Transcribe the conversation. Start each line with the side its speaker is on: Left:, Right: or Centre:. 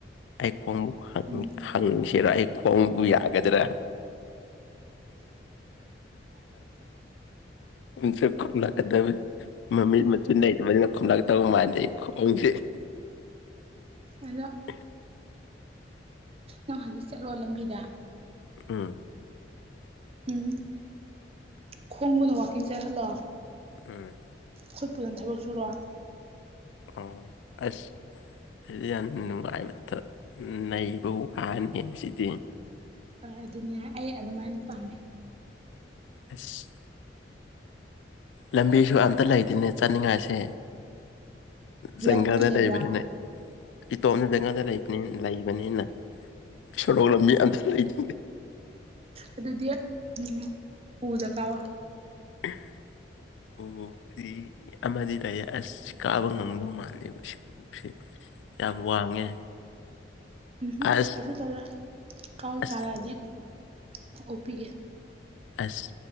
Left: ꯑꯩ ꯈꯣꯡꯕꯨ
Right: ꯎꯝ
Left: ꯍꯪꯁꯤꯔꯣ ꯑꯩ ꯈꯣꯡꯕꯨ ꯌꯥꯒꯗ꯭ꯔꯥ ꯁꯦ ꯀꯝꯗ <inaudible> ꯃꯃꯤ ꯃꯆꯨ ꯂꯩ ꯃꯗꯨꯅ ꯈꯝꯂꯛ ꯇꯧ ꯃꯥꯟꯗꯩ ꯈꯣꯡꯣꯡꯁꯦ <inaudible>
Right: ꯑꯗꯣ
Left: <unintelligible>
Right: ꯅꯪ ꯍꯧꯖꯤꯛ ꯆꯠꯂꯣ ꯂꯝꯕꯤꯗ
Left: ꯎꯝ
Right: ꯎꯝ ꯈꯣꯡꯕꯨꯅ ꯋꯥꯛꯀꯤꯡ ꯆꯠꯍꯜꯂꯣ
Left: ꯎꯝ
Right: ꯈꯨꯠꯇꯨꯅ ꯊꯕꯛ ꯁꯨꯔꯣ
Left: ꯑ ꯑꯁ ꯑꯩꯗꯤ ꯌꯥꯝ ꯅꯨꯡꯉꯥꯏꯕꯇ ꯅꯩꯕ ꯋꯥꯅꯦ ꯁꯤꯗꯤ
Right: ꯍꯣꯏ ꯑꯗꯨꯅꯦ ꯑꯩ ꯑꯗꯨꯃꯥꯏꯅ ꯄꯥꯝꯃꯦ
Left: ꯑꯁ ꯂꯝꯕꯤꯁꯨ ꯑꯝꯇ ꯂꯩꯇꯦꯅꯦ ꯆꯠꯅꯤꯡꯉꯥꯏꯁꯦ ꯆꯪꯒꯜꯗ
Right: ꯂꯧꯕꯨꯛꯇꯤ ꯂꯩꯕ꯭ꯔꯥ
Left: ꯂꯩꯕꯅꯤꯅ ꯏꯇꯣꯝꯅ ꯖꯪꯒꯜꯗ ꯂꯩꯕ ꯂꯩꯕꯅꯤꯅ ꯁꯣꯔꯣꯛ ꯂꯝꯕꯤ ꯑꯝꯇ ꯂꯩꯇꯦ
Right: ꯑꯗꯨꯗꯤ ꯎꯝ ꯎꯗ ꯀꯥꯎꯋꯣ
Left: <unintelligible> ꯑꯣꯗꯤ ꯑꯃꯗꯤ ꯂꯩꯌꯦ ꯑꯁ ꯀꯥꯕ ꯉꯝꯗꯧ ꯃꯥꯜꯇꯦ ꯎ ꯌꯥꯝ ꯋꯥꯡꯉꯦ
Right: ꯎꯝ
Left: ꯑꯁ
Right: ꯀꯩꯁꯨ ꯇꯧꯔꯣꯏ ꯀꯥꯎ
Left: ꯑꯁ
Right: ꯇꯥꯔꯛꯑꯗꯤ ꯑꯣꯛꯄꯤꯒꯦ
Left: ꯑꯁ